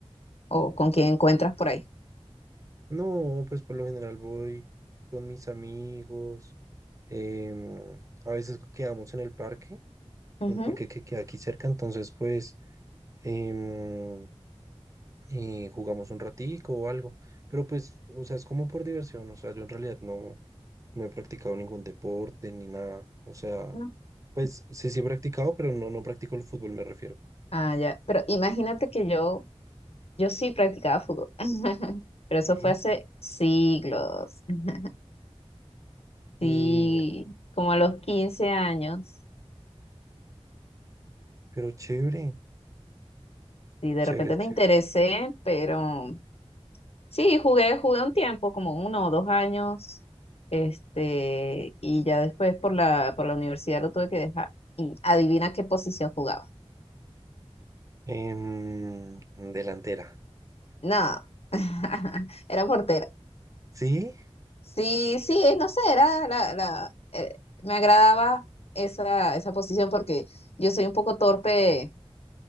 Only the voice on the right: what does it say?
No, pues por lo general voy con mis amigos, em, a veces quedamos en el parque,
en el parque que queda aquí cerca, entonces pues... em, eh, jugamos un ratico o algo, pero pues, o sea, es como por diversión, o sea, yo en realidad no, no he practicado ningún deporte ni nada, o sea,
pues sí, sí he practicado, pero no, no practico el fútbol, me refiero.
Sí.
Y,
pero chévere,
chévere,
chévere.
Em, delantera,
¿sí?